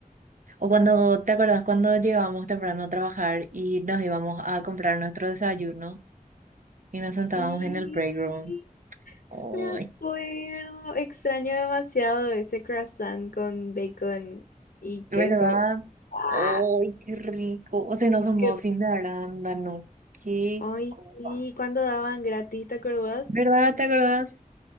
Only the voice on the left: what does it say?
sí,
me acuerdo, extraño demasiado ese croissant con bacon y
queso. Ah,
qué
rico.
Ay,
sí, cuando daban gratis, ¿te acordás?